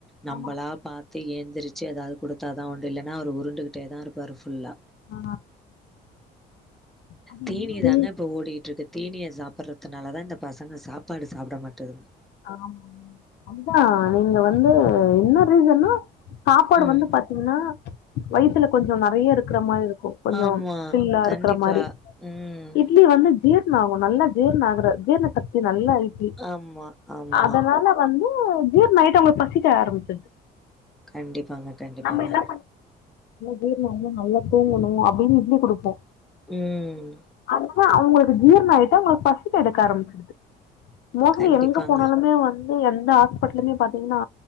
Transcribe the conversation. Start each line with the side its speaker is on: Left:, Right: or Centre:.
Centre: நம்பளா
Left: ஆமா
Centre: பாத் து ஏந்திருச்சு எதாவது குடுத்தா தா உண்டு இல்லன்னா அவரு உருண்டுக்கிட்டே தா இருப்பாரு ஃபுல்லா
Left: ஆ அது
Centre: தீனியே
Left: என்னது
Centre: தாங்க இப்ப ஓடிட்டு இருக்கு தீனிய சாப் பர்றத்துனால தா இந்த பசங்க சாப்பாடு சாப்புட மாட்டேதுங்க
Left: ஆம் அமுதா நீங்க வந்து என்ன ரீசன்னா சாப்பாடு
Centre: ம்.
Left: வந்து பத் ன்னா வயித்துல கொஞ்சோ நெறய இருக்கிற மாரி இருக்கு கொஞ்சோ
Centre: ஆமா
Left: ஃபில்லா
Centre: கண்டிப்பா.
Left: இருக்குற மாரி
Centre: ம்.
Left: இட்லி வந்து ஜீர்ண ஆகு நல்லா ஜீர்ண ஆகுற ஜீர்ண சக்தி நல்லா இட்லி
Centre: ஆமா ஆமா.
Left: அதனால வந்து ஜீர்ண ஆயிட்டு அவங்களுக் பசிக்க ஆரம்பிச்சுர்து
Centre: கண்டிப்பாங்க கண்டிப்பாங்க.
Left: நல்ல ஜீர்ண ஆகனு நல்லா தூங்கணு அப்டின்னு இட்லி குடுப்போ
Centre: ம்
Left: அது தான் அவங்களுக்கு ஜீர்ண ஆயிட்டா அவங்களுக்கு பசிக்க எடுக்க ஆரம்பிச்சிடுது மோஸ்ட்லி
Centre: கண்டிப்பாங்க.
Left: எங்க போனாலுமே வந்து எந்த ஹாஸ்பிட்டலுமே பாத்தீங்னா